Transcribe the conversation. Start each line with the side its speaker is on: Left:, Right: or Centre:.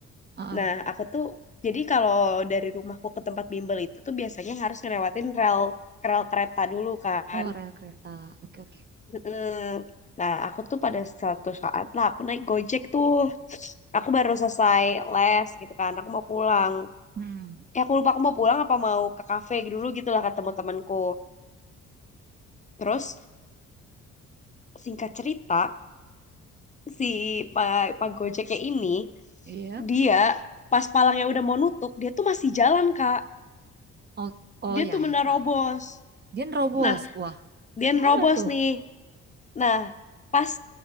Right: ah
Left: Nah
Right: ah.
Left: aku tuh jadi kalau dari rumahku ke tempat bimbel itu tuh biasanya harus ngelewatin rel rel kereta dulu kan.
Right: oh rel kereta oke oke
Left: Mm. Nah aku tuh pada suatu saat lah aku naik Gojek tuh. Aku baru selesai les gitu kan. Aku mau pulang.
Right: hmm
Left: Eh aku lupa aku mau pulang apa mau ke kafe dulu gitu lah kata teman-temanku. Terus singkat cerita si Pak Pak Gojeknya ini
Right: iya
Left: dia pas palangnya udah mau nutup dia tuh masih jalan Kak
Right: oh oh
Left: dia
Right: ya
Left: tuh menerobos
Right: ya ah. Dia nerobos
Left: nah
Right: wah
Left: dia
Right: parah
Left: nerobos
Right: tuh
Left: nih nah pas